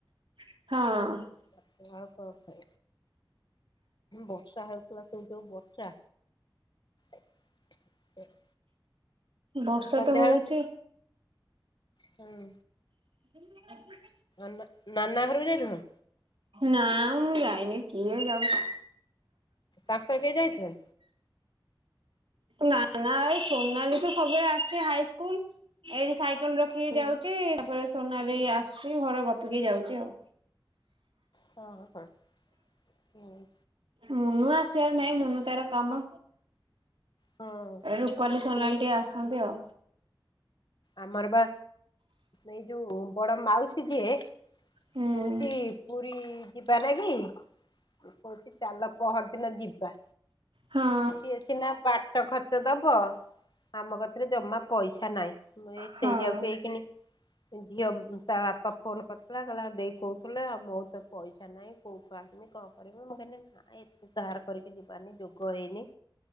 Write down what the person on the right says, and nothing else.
ହଁ।
ବର୍ଷା
ତ ହଉଛି।
<unintelligible>
ନା ମୁଁ ଯାଇନି କିଏ ଯାଉଛି।
ନା ନା ସୋନଲି ତ ସବୁବେଳେ ଆସେ ହାଇସ୍କୁଲ, ଏଇଠି ସା ସାଇକଲ ରଖିକି
ଯାଉଛି ତାପରେ ସୋନାଲି ବି ଆସୁଛି ଘରେ ଗପିକି ଯାଉଛି ଆଉ।
ମୁନୁ ଆସିବାର ନାଇଁ, ମୁନୁ ତାର କାମ
ରୂପାଲି ସୋନାଲୀ
ଟିକେ ଆସନ୍ତି ଆଉ।
ହୁଁ
ହଁ
ହଁ।